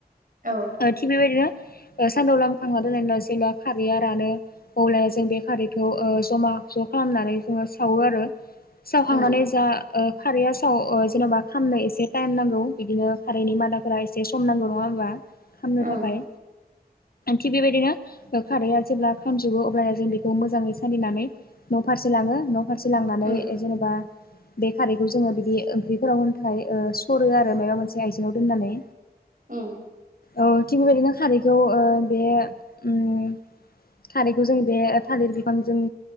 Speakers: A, on the right; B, on the left.
A: औ
B: ओ थिग बेबायदिनो ओ सान्दुङाव लामखांना दोननायनि उनाव जेब्ला खारैया रानो अब्ला जों बे खारैखौ ओ जमा ज' खालामनानै जोङो सावो आरो सावखांनानै
A: उम
B: जा ओ खारैया साव ओ जेन'बा खामनो एसे टाइम नांगौ बिदिनो खारैनि मादाफोरा एसे सम नांगौ नङा होमबा खामनो
A: ओं
B: थाखाय थिग बेबायदिनो खारैआ जेब्ला खामजोबो अब्ला जों बेखौ मोजाङै सालिनानै न' फारसे लाङो न' फारसे लांनानै
A: उम
B: जेनेबा बे खारैखौ जोङो बिदि ओंख्रिफोराव हो थाखाय सरो आरो माबा मोनसे आइजेङाव दोननानै
A: उम
B: औ थिग बेबायदिनो खारैखौ ओ बे उम खारैखौ जों बे थालिर बिफांजोंल'